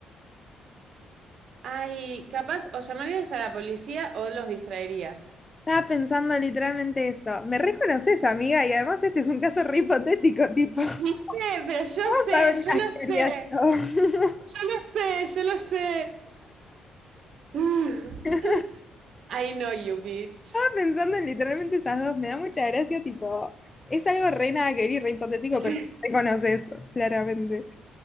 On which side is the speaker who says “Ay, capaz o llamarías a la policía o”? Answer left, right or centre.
Right